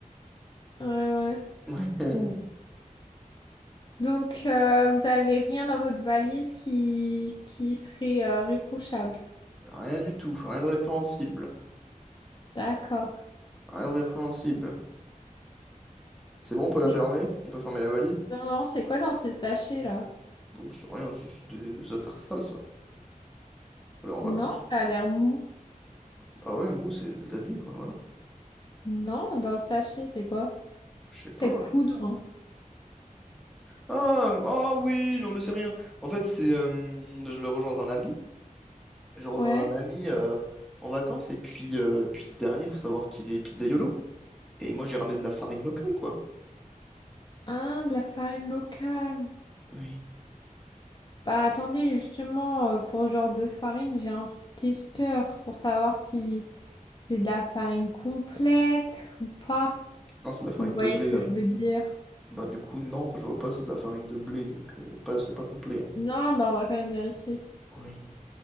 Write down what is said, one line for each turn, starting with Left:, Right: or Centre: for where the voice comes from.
Left: ouais, ouais.
Centre: Ouais. <laughs>
Left: Donc euh, vous avez rien dans votre valise qui, qui serait euh, réprochable.
Centre: Rien du tout, rien de répréhensible.
Left: D'accord.
Centre: Rien de répréhensible. C'est bon, on peut
Left: C'est
Centre: la fermer? On peut fermer la valise?
Left: non, non, c'est quoi dans ces sachets là?
Centre: Bon, c'est rien, c'est c'est des affaires sales, ça. Pour aller en vacances.
Left: Non, ça a l'air mou.
Centre: Ah ouais, mou, c'est des habits, quoi, voilà.
Left: Non, dans le sachet, c'est quoi?
Centre: Je sais pas.
Left: Cette poudre.
Centre: Ah, ah oui, non mais c'est rien. En fait, c'est euh, je vais rejoindre un ami. Je vais rejoindre
Left: Ouais.
Centre: un ami euh, en vacances et puis euh, puis ce dernier, faut savoir qu'il est pizzaïolo et moi j'ai ramené de la farine locale quoi.
Left: Ah, de la farine locale.
Centre: Oui.
Left: Bah attendez, justement, euh, pour ce genre de farine, j'ai un petit testeur pour savoir si c'est de la farine complète ou pas,
Centre: Non, c'est
Left: si
Centre: de la farine
Left: vous voyez
Centre: de blé
Left: ce que
Centre: là
Left: je veux dire.
Centre: Bah du coup non, je vois pas, c'est de la farine de blé, donc euh, pas, c'est pas complet. hein.
Left: Non, bah on va quand même vérifier.
Centre: Oui.